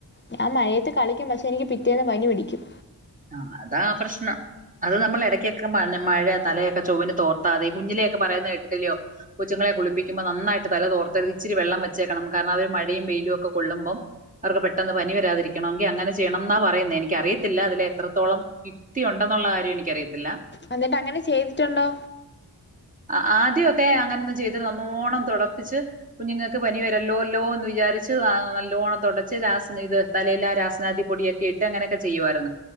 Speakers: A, on the left; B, on the right.
A: ഞാൻ മഴയത്ത് കളിക്കും പക്ഷേ എനിക്ക് പിറ്റേന്ന് പനി പിടിക്കും.
B: ആഹ് അതാ പ്രശ്നം. അത് നമ്മള് എടയ്ക്കൊക്കെ മന മഴ തലയൊക്കെ ചൊവ്ന് തോർത്താതയും കുഞ്ഞിലൊക്കെ പറയുന്ന കേട്ടിട്ടില്ലിയോ? കൊച്ചുങ്ങളെ കുളിപ്പിക്കുമ്പോ നന്നായിട്ട് തല തോർത്തര് ഇച്ചിരി വെള്ളം വച്ചേക്കണം കാരണം അവര് മഴയും വെയിലു ഒക്കെ കൊള്ളുമ്പം അവർക്ക് പെട്ടെന്ന് പനി വരാതിരിക്കണങ്കിൽ അങ്ങനെ ചെയ്യണംന്നാ പറയുന്നേ എനിക്കറിയത്തില്ല അതിലെ എത്രത്തോളം യുക്തി ഉണ്ടെന്നുള്ള കാര്യം എനിക്കറിയത്തില്ല.
A: അന്നിട്ട് അങ്ങനെ ചെയ്തിട്ടുണ്ടോ?
B: അഹ് ആദ്യക്കെ അങ്ങനൊന്നു ചെയ്ത് നന്നോണം തൊടപ്പിച്ച് കുഞ്ഞുങ്ങൾക്ക് പനി വരല്ലോല്ലോ എന്ന് വിചാരിച്ച് <unintelligible> നല്ലോണം തൊടച്ച് രാസനയ്ത് തലയിലാ രാസനാദി പൊടിയൊക്കെ ഇട്ട് അങ്ങനൊക്കെ ചെയ്യുവാരൂന്ന്.